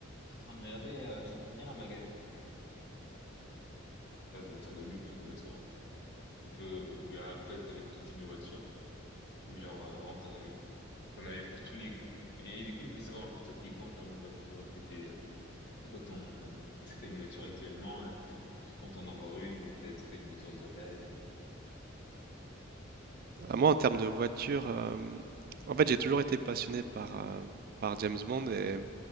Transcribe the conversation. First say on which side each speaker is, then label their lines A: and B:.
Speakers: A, on the left; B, on the right.
A: T'es en train de regarder, euh, je suis en train de lire un magasin de voitures de luxe ou de voitures euh, un peu haut de gamme. En fait, t'avais tout type de voiture. Mais genre, euh, vraiment, t'en avais, t'en avais pour tous les goûts. Et, du coup, je voulais savoir un peu toi, tes goûts en termes de voiture. Est-ce que t'es, c'est quoi ton, est-ce que t'as une voiture actuellement? Est-ce que tu comptes en avoir une? Et t'as- Est-ce que t'as une voiture de rêve ou...
B: Ah, moi, en termes de voiture, euh, en fait, j'ai toujours été passionné par, euh, par James Bond et